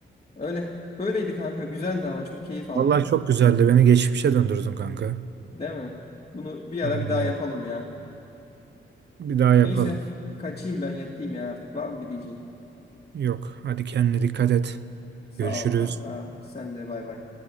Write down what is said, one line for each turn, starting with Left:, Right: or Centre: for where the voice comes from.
Left: Öyle. Böyleydi kanka güzeldi ama çok keyif aldım.
Right: Vallahi çok güzeldi. Beni geçmişe döndürdün kanka.
Left: Değil mi? Bunu bir ara
Right: Aynen
Left: bir daha
Right: öyle.
Left: yapalım ya.
Right: Bir daha yapalım.
Left: Neyse kaçayım ben yatayım ya artık var mı bir diyeceğin?
Right: Yok. Hadi kendine dikkat et.
Left: Sağ
Right: Görüşürüz.
Left: ol kanka. Sen de bay bay.